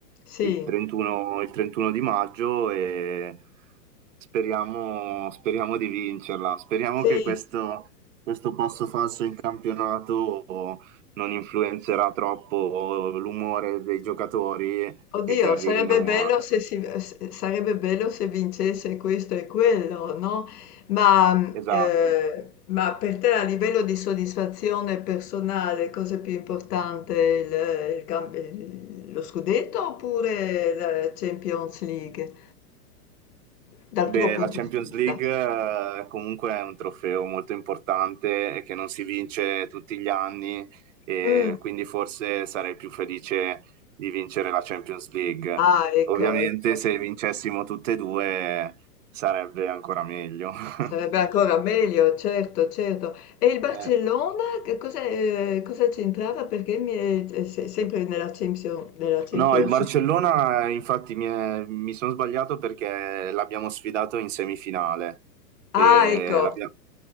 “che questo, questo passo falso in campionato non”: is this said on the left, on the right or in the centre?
Right